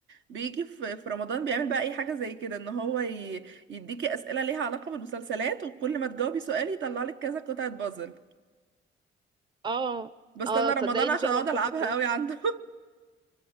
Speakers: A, on the right; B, on the right.
A: بيجي في في رمضان بيعمل بقى اي حاجه زي كده ان هو ي- يديكي اسئله ليها علاقه بالمسلسلات وكل ما تجاوبي سؤال يطلع لك كذا قطعه بازل
B: اه
A: بستنى
B: اه
A: رمضان
B: صدقي
A: عشان
B: دي فعلا
A: اقعد العبها
B: فكرة
A: قوي عنده